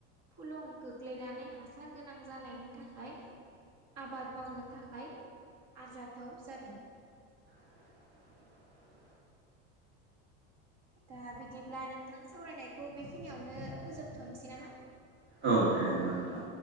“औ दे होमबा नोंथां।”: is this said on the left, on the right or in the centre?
Right